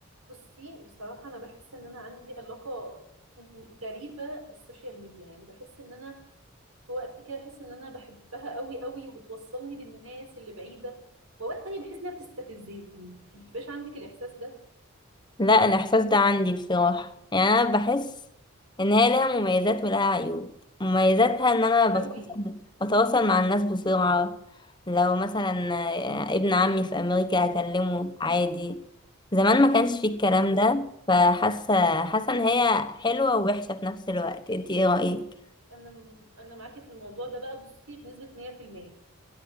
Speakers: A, on the right; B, on the left.
A: بصي بصراحة أنا بحس إن أنا عندي علاقة غريبة بالسوشيال ميديا يعني بحس إن أنا في وقت كده بحس إن أنا بحبها قوي قوي وبتوصلني بالناس اللي بعيدة وأوقات تانية بحس إنها بتستفزني أنت بتبقاش عندك الإحساس ده
B: لا الإحساس ده عندي بصراحة يعني أنا بحس إن هي ليها مميزات ولها عيوب مميزاتها إن أنا
A: قوي
B: بتواصل بتواصل مع الناس بسرعة لو مثلا آه، ابن عمي في أمريكا هكلمه
A: مم،
B: عادي زمان ما كانش فيه الكلام
A: بالظبط
B: ده فحاسة حاسة إن هي حلوة ووحشة في نفس الوقت انتي ايه رأيك؟
A: أنا أنا معاكي في الموضوع ده بقى بصي بنسبة 100%